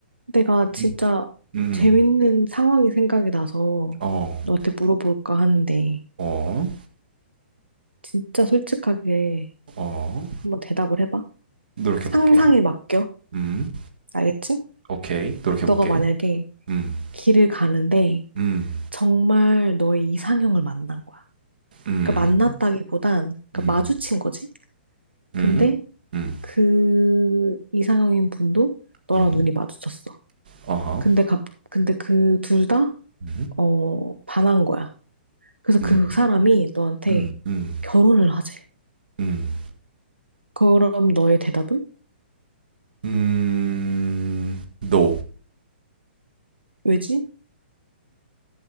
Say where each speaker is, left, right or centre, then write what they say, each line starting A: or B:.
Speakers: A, on the right (about 85°); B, on the right (about 55°).
A: 내가 진짜
B: 음. 음음.
A: 재밌는 상황이 생각이 나서
B: 어.
A: 너한테 물어볼까 하는데
B: 어.
A: 진짜 솔직하게
B: 어.
A: 한번 대답을 해봐.
B: 노력해 볼게.
A: 상상에 맡겨.
B: 음.
A: 알겠지?
B: 오케이. 노력해 볼게.
A: 너가 만약에
B: 음.
A: 길을 가는데
B: 음.
A: 정말 너의 이상형을 만난 거야.
B: 음.
A: 그러니까 만났다기보단 그러니까
B: 음.
A: 마주친 거지.
B: 음.
A: 근데
B: 음.
A: 그 이상형인 분도 너랑
B: 음.
A: 눈이 마주쳤어.
B: 어허.
A: 근데 갑 근데 그 둘 다
B: 음.
A: 어, 반한 거야. 그래서 그
B: 음.
A: 사람이 너한테
B: 음. 음.
A: 결혼을 하재.
B: 음.
A: 그럼 너의 대답은?
B: 음. 너
A: 왜지?